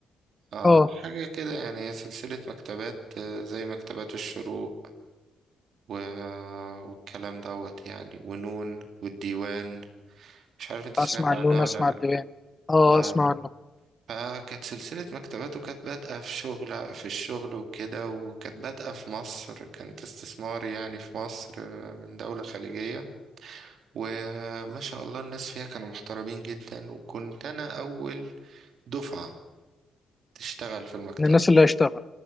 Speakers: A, on the right; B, on the left.
A: آه
B: اه
A: حاجة كده يعني هي سلسلة مكتبات آه، زي مكتبات الشروق و... والكلام دوت يعني ونون والديوان مش عارف انت سمعت
B: اسمع
A: عنها
B: النون
A: ولا
B: اسمع
A: لأ
B: الدوام اه
A: آه
B: اسمع عنه
A: فكانت سلسلة مكتبات وكانت بادئة في شغل في الشغل وكده وكانت بادئة في مصر كانت استثمار يعني في مصر آه، من دولة خليجية وما شاء الله الناس فيها كانوا محترمين جدا وكنت أنا أول دفعة تشتغل في المكتب
B: من الناس اللي هيشتغل